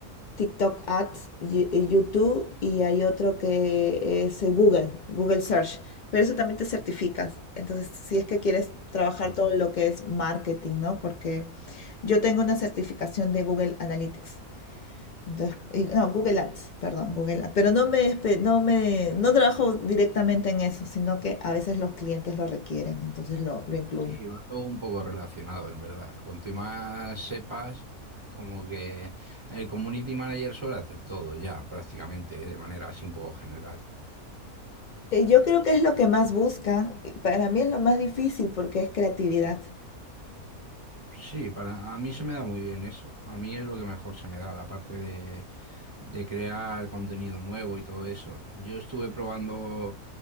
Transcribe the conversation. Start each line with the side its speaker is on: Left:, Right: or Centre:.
Left: TikTok Ads, Yu- eh, YouTube y hay otro que es eh, Google, Google Search. Pero eso también te certificas. Entonces, si es que quieres trabajar
Right: Ah,
Left: todo lo que es marketing, ¿no? Porque yo tengo una certificación de Google Analytics. Entonces, y- no, Google Ads, perdón, Google Ads. Pero no me, espe- no me, no trabajo directamente en eso, sino que a veces los clientes lo requieren, entonces lo, lo incluyo.
Right: Y va todo un poco relacionado, en verdad. Cuanto más sepas, como que el community manager suele hacer todo ya, prácticamente, ¿eh? de manera así un poco general.
Left: Eh, Yo creo que es lo que más buscan. y Para mí es lo más difícil porque es creatividad.
Right: Sí, para a mí se me da muy bien eso. A mí es lo que mejor se me da, la parte de, de crear contenido nuevo y todo eso. Yo estuve probando